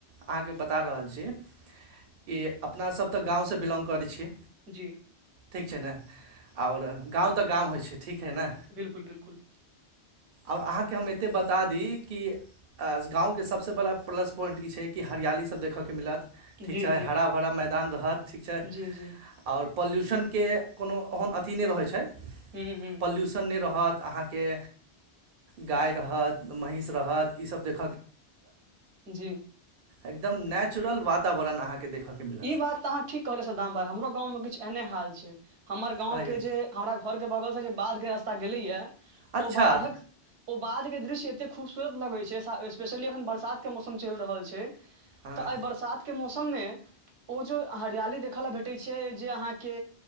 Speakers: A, on the right; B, on the right.
A: अहाँके बता रहल छी कि अपनासब तऽ गाँवसँ बिलोंग करै छी
B: जी
A: ठीक छै ने आओर गाँव तऽ गाँव होइ छै ठीक हइ ने
B: बिलकुल बिलकुल
A: ओर अहाँके हम एतेक बता दी कि गाँवके सबसँ बड़ा प्लस पॉइन्ट ई छै कि हरियाली सब देखऽके मिलत ठीक
B: जी
A: छै
B: जी
A: हरा भरा मैदान रहत ठीक छै
B: जी जी
A: आओर पॉल्यूशन के कोनो ओहन अथी नय रहै छै
B: हूँ हूँ
A: पॉल्यूशन नय रहत अहाँके गाय रहत महीस रहत ई सब देख
B: जी
A: एकदम नेचुरल वातावरण अहाँके देखयके मिलत
B: ई बात तऽ अहाँ ठीक कहलियै सदाम भइ हमरो गाँवमे किछ एहने हाल छै हमर गाँवके
A: हँ यौ
B: जे हमरा घर के बगल से जे बाध के रास्ता गेलै या
A: अच्छा
B: ओ बाधक ओ बाध के दृश्य एते खूबसूरत लगे छै स्पेशली अखन बरसात के मौसम चइल रहल छै
A: हँ
B: तऽ एहि बरसातके मौसम में ओ जे हरियाली देखय ल भेटै छै जे अहाँके